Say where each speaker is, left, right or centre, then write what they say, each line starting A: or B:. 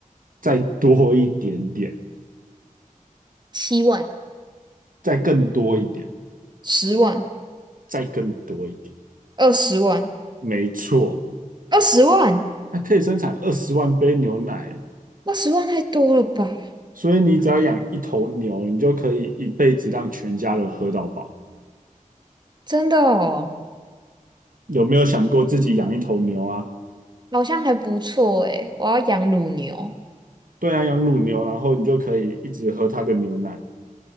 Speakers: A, on the right; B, on the right.
A: 再多一点点，
B: 七万，
A: 再更多一点，
B: 十万、
A: 再更多一点，
B: 二十万、
A: 没错，
B: 二十万。
A: 它可以生产二十万杯牛奶，
B: 二十万太多了吧？
A: 所以你只要养一头牛，你就可以一辈子让全家人喝到饱。
B: 真的哦，
A: 有没有想过自己养一头牛啊？
B: 好像还不错诶。我要养乳牛，
A: 对啊，养乳牛，然后你就可以一直喝它的牛奶。